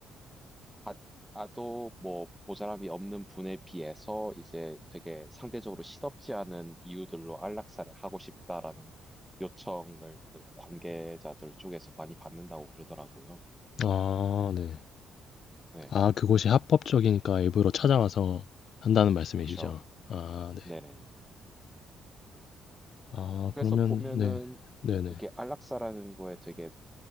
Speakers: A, in the centre; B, on the left.
A: 받아도 뭐 모자람이 없는 분에 비해서 이제 되게 상대적으로 시덥지 않은 이유들로 안락사를 하고 싶다라는 요청을 그 관계자들 쪽에서 많이 받는다고 그러더라고요.
B: 아 네.
A: 네,
B: 아 그곳이 합법적이니까 일부러 찾아와서 한다는 말씀이시죠?
A: 그렇죠.
B: 아 네.
A: 네네.
B: 아
A: 그래서
B: 그러면
A: 보면은
B: 네. 네네.
A: 이게 안락사라는 거에 되게